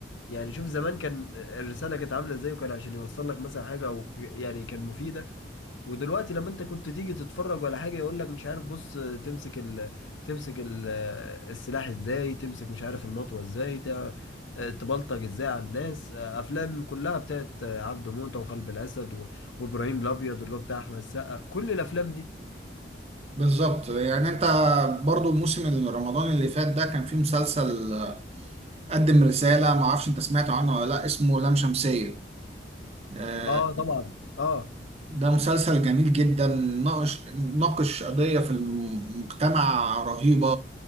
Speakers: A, on the left; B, on the right.
A: يعني شوف زمان كان الرساله كانت عامله ازاي وكان عشان يوصل لك مثلا حاجه او يعني كان مفيده ودلوقتي لما انت كنت تيجي تتفرج ولا حاجه يقول لك مش عارف بص تمسك ال... تمسك ال... السلاح ازاي تمسك مش عارف المطوه ازاي تع... تبلطج ازاي على الناس افلام كلها بتاعت عبده موته وخلب الاسد و... وابراهيم الابيض اللي هو بتاع احمد السقا كل الافلام دي
B: بالظبط يعني انت برضو الموسم رمضان اللي فات ده كان فيه مسلسل آه، قدم رسالة ما اعرفش انت سمعت عنه ولا لا اسمه لام شمسية آه،
A: اه طبعا اه
B: ده مسلسل جميل جدا ناقش ناقش قضية في المجتمع رهيبة